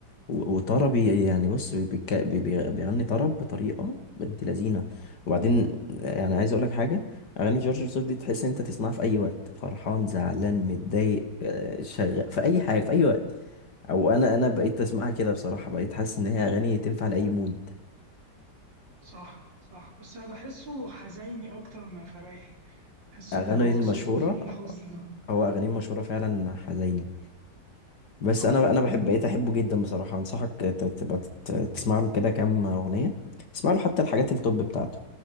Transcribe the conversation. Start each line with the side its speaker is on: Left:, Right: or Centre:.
Left: و... وطربي يعني بص بي... بيك- بي... بي- بيغني طرب بطريقة بنت لذينة وبعدين يعني عايز اقول لك حاجة اغاني جورج وسوف دي تحس إن انت تسمعها في اي وقت فرحان زعلان متضايق آه، شغ... في اي حاجة في اي وقت او انا انا بقيت اسمعها
Right: صح
Left: كده بصراحه بقيت حاسس ان هي اغاني تنفع لاي مود
Right: صح صح بس أنا بحسه حزيني أكتر ما فريحي بحس
Left: اغاني
Right: إن هو
Left: المشهوره
Right: صوته فيه حزن
Left: او اغاني المشهوره فعلا حزيني بس
Right: اه
Left: انا
Right: يعني
Left: انا بحب بقيت احبه جدا بصراحه انصحك ت- تبقى تت- تسمع له كده كام اغنيه اسمع له حتى الحاجات التوب بتاعته